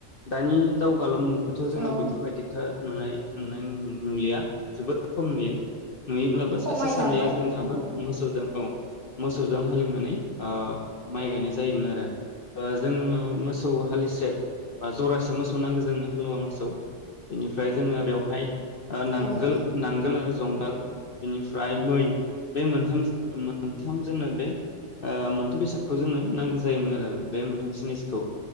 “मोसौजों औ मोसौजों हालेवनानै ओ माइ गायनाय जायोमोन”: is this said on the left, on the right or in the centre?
Left